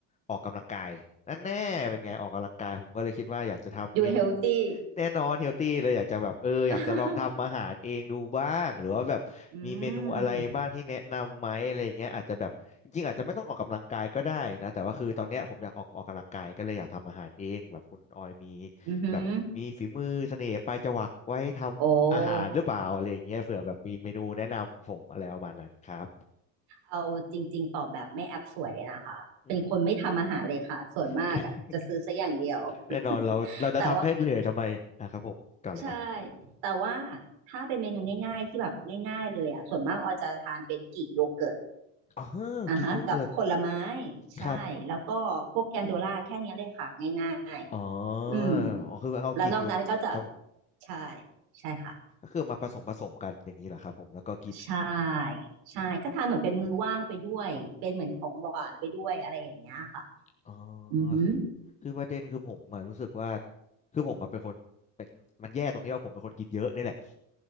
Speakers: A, on the left (about 20°); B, on the right (about 75°).
A: ออกกำลังกายนั่นแน่เป็นไงออกกำลังกายผมก็เลยคิดว่าอยากจะทำเมนู
B: ดูเฮลตี้
A: แน่นอนเฮลตี้เลยอยากจะแบบเอออยากจะลองทำอาหารเองดูบ้างหรือว่าแบบมีเมนูอะไรบ้างที่แนะนำไหมอะไรอย่างเงี้ยอาจจะแบบจริงๆอาจจะไม่ต้องออกกำลังกายก็ได้นะแต่ว่าคือตอนเนี้ยผมอยากออกออกกำลังกายก็เลยอยากทำอาหารเองแบบคุณออยมี
B: <laughs> อืมอือหือ
A: แบบมีฝีมือเสน่ห์ปลายจวักไว้ทำอาหารหรือเปล่าอะไรอย่างเงี้ยเผื่อแบบมีเมนูแนะนำผมอะไรประมาณนั้นครับ
B: โอ้เอาจริงๆตอบแบบไม่แอบสวยเลยนะคะ
A: อืม
B: เป็นคนไม่ทำอาหารเลยค่ะ ส่วนมากอ่ะจะซื้อซะอย่างเดียว
A: <laughs> แน่นอนเราเราจะทำให้เหนื่อยทำไมอ่ะครับผมก่อนเลยครับ
B: <laughs> แต่ว่าใช่ แต่ว่าถ้าเป็นเมนูง่ายๆที่แบบง่ายๆเลยอ่ะส่วนมากออยจะทานเป็นกรีกโยเกิร์ต
A: อ๋อ
B: อ่ะฮะกับผลไม้
A: กีกโยเกิร์ต
B: ใช่
A: ครับ
B: แล้วก็พวกแกนโดล่าแค่เนี้ยเลยค่ะง่ายๆ
A: อ๋อ
B: อืม
A: อ๋อคือเอากีกโยกครับผม
B: แล้วนอกนั้นก็จะใช่ใช่ค่ะ
A: ก็คือมาผสมผสมกันอย่างนี้เหรอครับผมแล้วก็กิน
B: ใช่ใช่ก็ทานเหมือนเป็นมือว่างไปด้วยเป็นเหมือนของหวานไปด้วยอะไรอย่างเงี้ยค่ะ
A: อืมอ๋อ
B: อือหือ
A: คือคือประเด็นคือผมอะรู้สึกว่าคือผมมันเป็นคนเป็นมันแย่ตรงที่ว่าผมเป็นคนกินเยอะนี่แหละ